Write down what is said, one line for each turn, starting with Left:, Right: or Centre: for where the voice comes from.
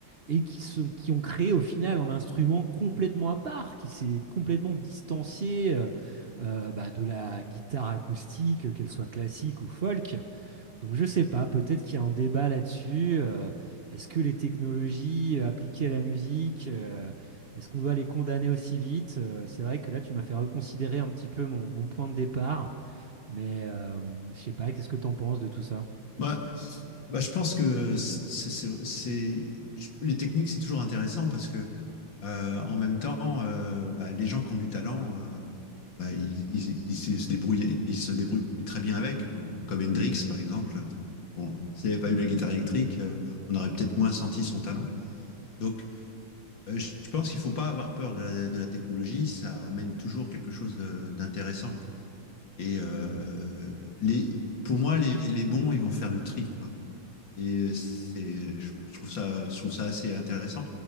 Right: et qui, sont- qui ont créé au final un instrument complètement à part, qui s'est complètement distancié euh, euh, bah, de la guitare acoustique, qu'elle soit classique ou folk. Donc je sais pas, peut-être qu'il y a un débat là-dessus. euh, est-ce que les technologies euh, appliquées à la musique, euh, est-ce qu'on doit les condamner aussi vite? Euh, c'est vrai que là, tu m'as fait reconsidérer un petit peu mon, mon point de départ, mais euh, je sais pas, qu'est-ce que tu en penses de tout ça?
Left: Bah, bah, je pense que c'est, c'est- c'est- je- les techniques, c'est toujours intéressant parce que euh, en même temps, euh, bah, les gens qui ont du talent, euh, bah, ils, ils- ils se se débrouillent, ils se débrouillent très bien avec, Bon, comme Hendrix par exemple. euh, Bon,
Right: Mhm.
Left: s'il n'avait pas eu la guitare électrique, euh, on aurait peut-être moins senti son talent. Donc, euh, je je pense qu'il faut pas avoir peur de la, de la technologie, ça amène toujours quelque chose de- d'intéressant. Et euh, les, pour moi, les, les bons, ils vont faire le tri, quoi. Et c'est, je je trouve ça, je trouve ça assez intéressant.